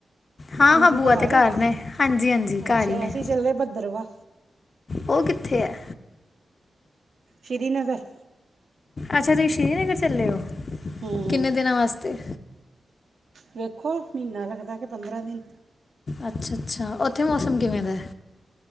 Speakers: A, on the left (about 45°); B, on the right (about 70°).
A: ਹਾਂ-ਹਾਂ
B: ਅੰਜੂ
A: ਬੂਆ
B: ਘਰ
A: ਤੇ ਘੱਰ ਨੇ ਹਾਂਜੀ-ਹਾਂਜੀ
B: ਅੱਛਾ
A: ਘੱਰ ਹੀ ਨੇ-
B: ਅਸੀਂ ਚੱਲੇ ਭੱਦਰਵਾ
A: ਉਹ ਕਿੱਥੇ ਐ?
B: ਸ਼੍ਰੀਨਗਰ-
A: ਅੱਛਾ ਤੁਸੀਂ ਸ਼੍ਰੀਨਗਰ ਚੱਲੇ ਹੋ,
B: ਹੂੰ
A: ਕਿੰਨੇ ਦਿਨਾਂ ਵਾਸਤੇ?
B: ਵੇਖੋ ਮਹੀਨਾ ਲੱਗਦਾ ਕੇ ਪੰਦਰਾਂ ਦਿਨ-
A: ਅੱਛਾ-ਅੱਛਾ ਉੱਥੇ ਮੌਸਮ ਕਿਵੇਂ ਦਾ ਐ?